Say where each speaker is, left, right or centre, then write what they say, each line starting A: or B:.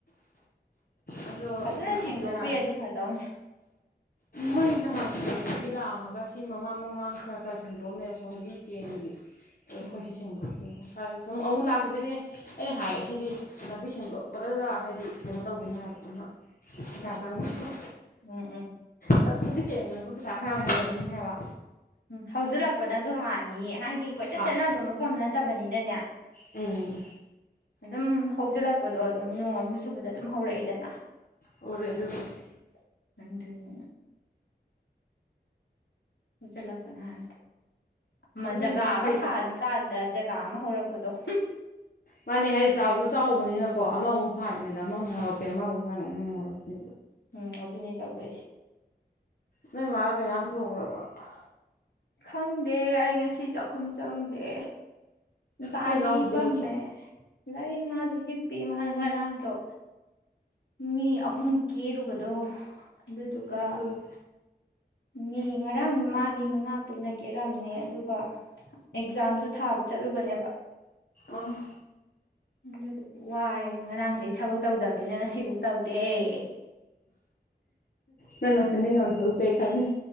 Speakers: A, on the left; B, on the left.
A: ꯑꯗꯣ
B: ꯐꯖꯅ
A: ꯍꯧꯖꯤꯛ
B: ꯁꯦꯡꯗꯣꯛꯄꯤꯔꯗꯤ
A: ꯌꯥꯔꯦ
B: ꯐꯗꯧꯅꯤ
A: ꯃꯣꯢꯒꯤꯅ ꯃꯥꯟ ꯁꯦꯡꯗꯣꯛꯄꯒꯤ ꯂꯥꯛꯑꯝꯃꯒ ꯁꯤ ꯃꯃꯥꯡ ꯃꯃꯥꯡ ꯈꯔ ꯈꯔ ꯁꯦꯡꯗꯣꯛꯑꯝꯃꯦ ꯁꯣꯝꯒꯤ ꯇꯦꯟꯒꯤ ꯇꯣ
B: ꯎꯝ
A: ꯈꯣꯏꯁꯤ ꯁꯦꯡꯗꯣꯛꯇꯣꯢꯅꯦ ꯍꯥꯢꯔꯁꯨ ꯎꯝ ꯑꯃꯨꯛ ꯂꯥꯛꯈꯤꯗꯣꯏꯅꯦ ꯑꯩꯅ ꯍꯥꯏ ꯑꯁꯤꯗꯤ ꯅꯞ ꯕꯤ ꯁꯦꯡꯗꯣꯛꯄꯗꯗ ꯍꯥꯏꯗꯤ ꯀꯩꯅꯣ ꯇꯧꯗꯣꯢꯅꯦ ꯍꯥꯏꯕ ꯑꯃ ꯄꯩꯁꯥ ꯆꯪꯕꯗꯣ
B: ꯎꯝ ꯎꯝ
A: ꯅꯥꯄꯤꯁꯤ ꯁꯦꯡꯕꯗꯕꯨ ꯄꯩꯁꯥ ꯐꯅꯥꯝ ꯂꯣꯏꯔꯝꯅꯤ ꯍꯥꯏꯕ
B: ꯎꯝ ꯍꯧꯖꯤꯛ ꯂꯥꯛꯄ ꯅ ꯨ <unintelligible> ꯍꯥꯏꯗꯤ ꯀꯣꯏꯆꯠ
A: ꯍꯣꯏ
B: ꯆꯠꯅꯕ ꯃꯐꯝ ꯅꯠꯇꯕꯅꯤ꯫ ꯅꯦꯅꯦ
A: ꯎꯝ
B: ꯑꯗꯨꯝ ꯍꯧꯖꯤꯜꯂꯛꯄꯗꯣ ꯑꯗꯨꯝ ꯅꯣꯡ ꯑꯃꯨꯛ ꯆꯨꯕꯗ ꯑꯗꯨꯝ ꯍꯧꯔꯛꯏꯗꯅ꯫
A: ꯑꯣꯔꯦ ꯑꯗꯨꯕꯨꯗꯤ
B: <unintelligible> ꯑꯗꯨꯟ ꯆꯠꯂꯛꯄꯅ ꯍꯥꯟ ꯑꯃ
A: ꯅꯣꯏ
B: ꯖꯒꯥ
A: ꯃꯥ
B: ꯑꯃ
A: ꯀꯩ
B: ꯐꯥꯅꯤꯀꯥꯟꯗ ꯖꯒꯥ ꯑꯃ ꯍꯧꯔꯛ ꯄꯗꯣ <unintelligible>
A: ꯃꯥꯅꯦ ꯍꯥꯏꯗꯤ ꯆꯥꯎꯁꯨ ꯆꯥꯎꯕꯅꯤꯅꯀꯣ ꯑꯃꯃꯨꯛ ꯐꯥꯟꯕꯤꯗ ꯑꯃꯃꯨꯛ ꯍꯧꯔꯛꯄꯤ ꯑꯃꯃꯨꯛ ꯐꯥꯟꯕꯤꯗ ꯑꯃꯃꯨꯛ ꯍꯧꯔꯛꯄꯤ꯫
B: ꯎꯝ ꯑꯗꯨ ꯅꯤ ꯇꯧꯗꯣꯏꯁꯤ꯫
A: ꯅꯣꯏ ꯃꯥ ꯀꯩ ꯏꯟꯁꯥꯡ ꯊꯣꯡꯒꯔꯕ‌ꯣ
B: ꯈꯪꯗꯦ ꯑꯩ ꯉꯁꯤ ꯆꯥꯛꯈꯨꯝ ꯆꯪꯗꯦ ꯉꯁꯥꯏꯗꯒꯤ
A: ꯅꯣꯏ ꯏꯅꯥꯎꯄꯤꯗꯤ
B: ꯍꯤꯞꯄꯝꯃꯦ
A: ꯂꯩꯇ꯭ꯔꯣ
B: ꯂꯩ ꯃꯥꯁꯨ ꯍꯤꯞꯄꯤ ꯃꯥꯅ ꯉꯔꯥꯡꯗꯣ ꯃꯤ ꯑꯍꯨꯝ ꯀꯦꯔꯨꯕꯗꯣ ꯑꯗꯨꯗꯨꯒ
A: ꯎꯝ ꯂꯩ
B: ꯃꯤ ꯉꯔꯥꯡ ꯃꯥ ꯃꯤ ꯃꯉꯥ ꯄꯨꯟꯅ ꯀꯦꯔꯝꯅꯤ ꯑꯗꯨꯒ ꯑꯦꯛꯖꯥꯝꯁꯨ ꯊꯥꯕ ꯆꯠꯂꯨꯕꯅꯦꯕ꯫
A: ꯑꯥ
B: ꯑꯗꯨꯒꯤ ꯋꯥꯏꯑꯦꯅ ꯉꯔꯥꯡꯗꯩ ꯊꯕꯛ ꯇꯧꯕꯗꯨꯅ ꯉꯁꯤꯐꯧ ꯇꯧꯗ‌ꯦ
A: ꯅꯪꯅ ꯐꯨꯅꯤꯡ ꯉꯝꯗꯣꯏꯁꯦ ꯑꯩ ꯈꯪꯉꯦ